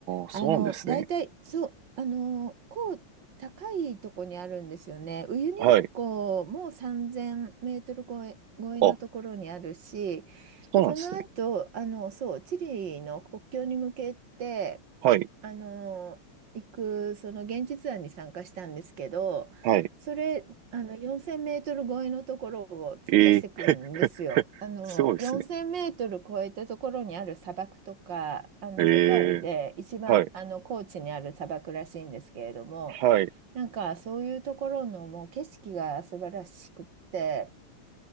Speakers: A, on the right; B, on the right.
A: あ、
B: あの、
A: そうなんですね。
B: 大体、そう、あの、こう、高いとこにあるんですよね。ウユニ塩湖も3000メートル超え、
A: はい。
B: 超えのところにあるし、
A: あ、そうなんですね。
B: その後、あの、そう、チリの国境に向けて、
A: はい。
B: あの、行く、その現実案に参加したんですけど、
A: はい。
B: それ、あの、4000メートル超えのところを通過していくんですよ。
A: ええー <laughs>
B: あの、
A: すごいですね。
B: 4000メートル超えたところにある砂漠とか、あの、
A: え
B: 世界で一番、
A: えーはい、
B: あの、高地にある砂漠らしいんですけれども、
A: はい、
B: なんか、そういうところのもう景色が素晴らしくって、